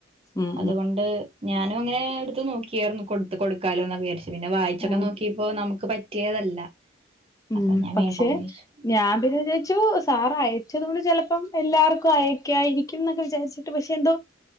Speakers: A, on the left; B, on the right.
A: ഉം
B: അതുകൊണ്ട് ഞാനും അങ്ങനെ എടുത്ത് നോക്കിയായിരുന്നു കൊടുത്ത് കൊടുക്കാലോന്ന് വിചാരിച്ചു പിന്നെ വായിച്ചൊക്കെ
A: ഉം
B: നോക്കി ഇപ്പോ നമുക്ക് പറ്റിയതല്ല
A: ഉം
B: അപ്പൊ ഞാൻ
A: പക്ഷെ
B: വേണ്ടാന്ന് വെച്ചു
A: ഞാൻ പിന്നെ വിചാരിച്ചു സാർ അയച്ചത കൊണ്ട് ചിലപ്പം എല്ലാർക്കും അയക്കായിരിക്കും എന്നൊക്കെ വിചാരിച്ചു ട്ട് പക്ഷെ എന്തോ